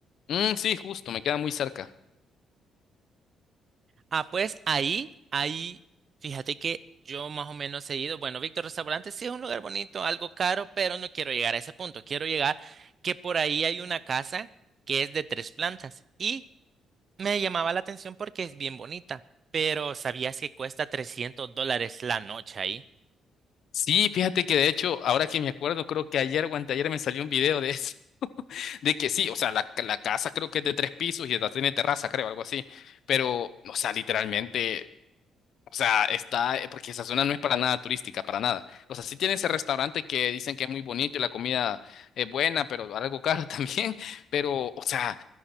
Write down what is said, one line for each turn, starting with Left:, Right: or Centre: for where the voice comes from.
Left: Mm, sí, justo, me queda muy cerca.
Right: Ah, pues ahí, ahí, fíjate que yo más o menos he ido. Bueno, Víctor Restaurante sí es un lugar bonito, algo caro, pero no quiero llegar a ese punto. Quiero llegar que por ahí hay una casa que es de tres plantas y me llamaba la atención porque es bien bonita, pero ¿sabías que cuesta 300 dólares la noche ahí?
Left: Sí, fíjate que de hecho, ahora que me acuerdo, creo que ayer o anteayer me salió un video de eso. De que sí, o sea, la, la casa creo que es de tres pisos y hasta tiene terraza, creo, algo así. Pero, o sea, literalmente, o sea, está, eh, porque esa zona no es para nada turística, para nada. O sea, sí tiene ese restaurante que dicen que es muy bonito y la comida es buena, pero algo caro <laughs> también. Pero, o sea,